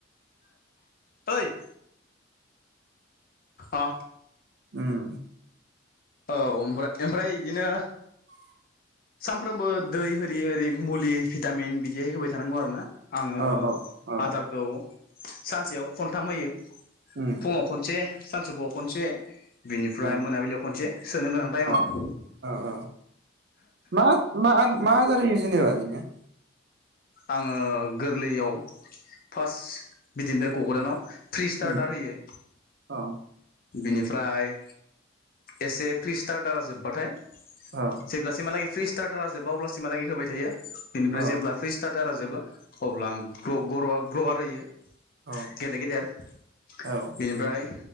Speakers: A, on the left (about 50°); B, on the right (about 60°).
A: ओइ अ
B: उम
A: ओम ओमफ्राय बिदिनो सानफ्रोमबो दै होरि ओरै मुलि भिटामिन बिदि होबाय थानांगौ आरोना। आङो
B: औ औ औ
A: आदारखौ सानसेयाव खनथाम होयो।
B: उम
A: फुङाव खनसे सानसौफुआव खनसे बिनिफ्राय
B: ओ
A: मोनाबिलियाव खनसे सोनो गोनां टाइमाव,
B: औ औ औ मा मा मा आदारहोयो जेनेबा बेनो?
A: आङो गोरलैयाव फार्स्ट बिदिनिफ्राय गगदानाव फ्रि स्टार्टार
B: उम
A: होयो।
B: औ,
A: बिनिफ्राय एसे फ्रि स्टार्टारा जोब्बाथाय,
B: औ,
A: जेब्लासिमहालागै फ्रि स्टारा जोबा अब्लासिमहालागै होबाय थायो बेनिफ्राय
B: औ
A: जेब्ला फ्रि स्टार्टारा जोबो अब्ला आं ग्र-ग्रवार होयो।
B: औ
A: गेदेर गेदेर आरो
B: औ
A: बेनिफ्राय